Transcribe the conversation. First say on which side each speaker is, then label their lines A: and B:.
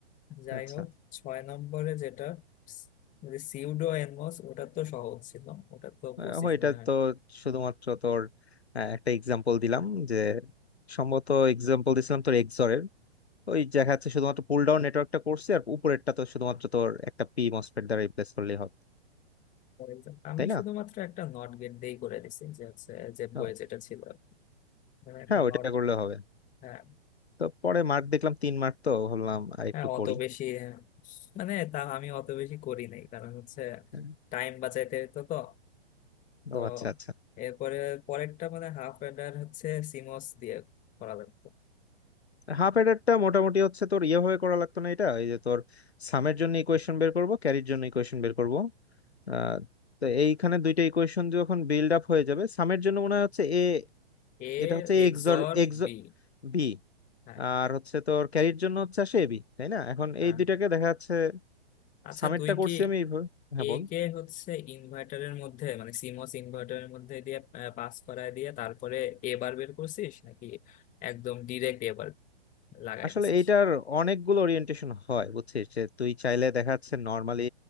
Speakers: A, on the left; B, on the left.
A: যাই
B: আচ্ছা
A: হোক ছয় নম্বরে যেটা যে সিউডো এনমস ওটা তো সহজ ছিল ওটা তো
B: আহ,
A: পঁচিশ
B: এটা
A: মনে হয়
B: তো শুধুমাত্র তোর আহ, একটা এক্সাম্পল দিলাম যে সম্ভবত এক্সাম্পল দিছিলাম তোর এক্সরের ওই দেখা যাচ্ছে শুধুমাত্র পুল ডাউন নেটওয়ার্কটা করছে আর উপরেরটা তো শুধুমাত্র তোর একটা পি মসফেট দ্বারা রিপ্লেস করলেই হবে
A: হয়ে যায়। আমি
B: তাই না
A: শুধুমাত্র একটা নট গেট দিয়েই করে দিছি যে হচ্ছে যে
B: ও,
A: বইয়ে যেটা ছিল আর কি। মানে একটা
B: হ্যাঁ ওইটা
A: নট
B: করলে হবে
A: হ্যাঁ
B: তো পরে মার্ক দেখলাম তিন মার্ক তো ভাবলাম আর
A: হ্যাঁ
B: একটু
A: অত
B: করি
A: বেশি হ্যাঁ, মানে তা আমি অত বেশি করি নাই কারণ হচ্ছে
B: হ্যাঁ,
A: টাইম বাঁচাইতে হইতো তো তো
B: ও আচ্ছা আচ্ছা
A: এরপরে পরেরটা মানে হাফ অর্ডার হচ্ছে সিমস দিয়ে করা লাগতো
B: হাফ এডারটা মোটামুটি হচ্ছে তোর ইয়েভাবে করা লাগতো না এটা এই যে তোর সামের জন্য ইকুয়েশন বের করব ক্যারির জন্য ইকুয়েশন বের করব আহ, তো এইখানে দুইটা ইকুয়েশন যখন বিল্ড আপ হয়ে যাবে সামের জন্য মনে হয় হচ্ছে এ
A: এ
B: এটা হচ্ছে
A: এক্সর
B: এক্স অর এক্স
A: বি
B: বি
A: হ্যাঁ
B: আর হচ্ছে তোর ক্যারির জন্য হচ্ছে আসে এবি তাই না এখন
A: হ্যাঁ
B: এই দুইটাকে দেখা যাচ্ছে
A: আচ্ছা
B: সামেরটা
A: তুই
B: করছি
A: কি
B: আমি এইভাবে হ্যাঁ
A: এ
B: বল
A: কে হচ্ছে ইনভার্টারের মধ্যে মানে সিমস ইনভার্টারের মধ্যে দিয়ে পাস করায় দিয়ে তারপরে এ বার বের করছিস নাকি একদম ডিরেক্ট এ বার লাগাই
B: আসলে
A: দিছিস
B: এইটার অনেকগুলো ওরিয়েন্টেশন হয় বুঝছিস যে তুই চাইলে দেখা যাচ্ছে নর্মালি